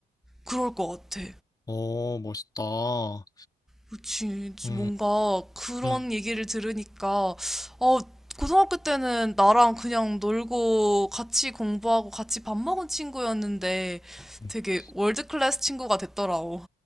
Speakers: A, in the centre; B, on the left (about 20°).
A: 그럴 것 같아.
B: 오, 멋있다.
A: 그치.
B: 음,
A: 뭔가 그런
B: 음.
A: 얘기를 들으니까, 어, 고등학교 때는 나랑 그냥 놀고 같이 공부하고 같이 밥 먹은 친구였는데
B: <laughs>
A: 되게 월드클래스 친구가 됐더라고.